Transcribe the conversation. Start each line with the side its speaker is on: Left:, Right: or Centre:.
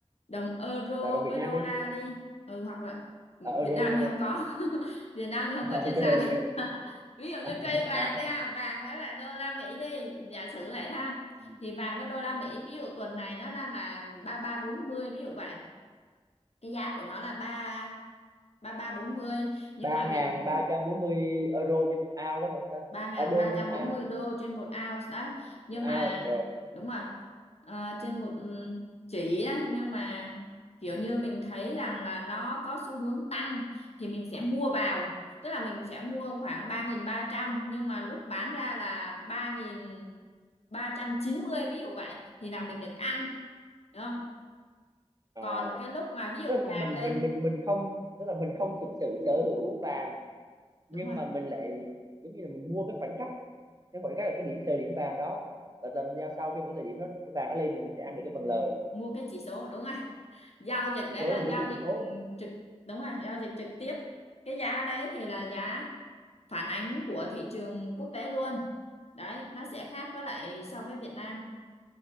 Left: đồng euro
Right: và đồng Việt
Left: với
Right: Nam
Left: đô
Right: đi
Left: la đi ừ, hoặc là
Right: à,
Left: Việt
Right: euro
Left: Nam
Right: đô ra
Left: thì không
Right: đi
Left: có <laughs> Việt Nam thì không
Right: <laughs>
Left: có trên
Right: ok
Left: sàn
Right: ok
Left: <laughs> ví
Right: <laughs>
Left: dụ như
Right: à, à,
Left: trade vàng đi
Right: à.
Left: ha vàng với lại đô la Mỹ đi giả sử vậy ha
Right: Ừ.
Left: thì vàng với đô la Mỹ ví dụ tuần này nó đang là ba ba bốn mươi ví dụ vậy cái giá của nó là ba ba ba bốn mươi nhưng
Right: ba
Left: mà
Right: ngàn
Left: mình
Right: ba trăm bốn mươi euro trên một ao đó phải không ta
Left: ba
Right: à, đô
Left: nghìn ba
Right: trên
Left: trăm
Right: một ao
Left: bốn mươi đô trên một ounce đấy
Right: một
Left: nhưng
Right: ao
Left: mà
Right: rồi
Left: đúng rồi Ờ, trên một ừ, chỉ đấy nhưng mà kiểu
Right: Ừ.
Left: như mình thấy rằng là nó có xu hướng tăng thì mình sẽ mua vào tức là mình sẽ mua khoảng ba nghìn ba trăm nhưng mà lúc bán ra là ba ba nghìn ba trăm chín mươi ví dụ vậy thì là mình được ăn đúng không
Right: à,
Left: còn cái lúc mà ví dụ
Right: tức là
Left: vàng
Right: mình
Left: lên
Right: mình mình mình không tức là mình không thực sự sở hữu vàng nhưng
Left: đúng rồi
Right: mà mình lại giống như là mình mua cái khoảnh khắc cái khoảnh khắc là cái điểm thời điểm vàng đó và tầm giao sau khi mà cái thời điểm đó cái vàng nó lên thì mình sẽ ăn
Left: Ừ,
Right: được cái phần lời
Left: mua cái chỉ số đúng rồi giao dịch
Right: chỉ
Left: đấy
Right: số
Left: là
Right: mình
Left: giao
Right: mua cái chỉ
Left: dịch
Right: số
Left: ừ, trực đúng rồi giao dịch trực tiếp cái giá đấy thì là giá phản ánh của thị trường quốc tế luôn đấy nó sẽ khác với lại so với Việt Nam